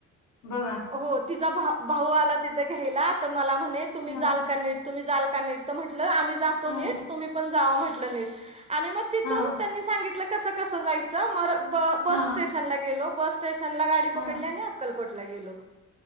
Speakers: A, on the left; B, on the right.
A: बघा. !
B: हो तिचा भा भाऊ आला तिथं घ्यायला, तर मला म्हणे तुम्ही
A: हा
B: जाल का नीट तुम्ही झालं का नीट, तर म्हटलं आम्ही जातो
A: हा
B: नीट, तुम्ही पण जावा म्हटलं नीट, आणि मग तिथून
A: हा
B: त्यांनी सांगितलं कसं कसं जायचं सर मर ब बस
A: हा
B: स्टेशनला गेलो, बस स्टेशनला गाडी
A: हा
B: पकडली, आणि अक्कलकोटला गेलो.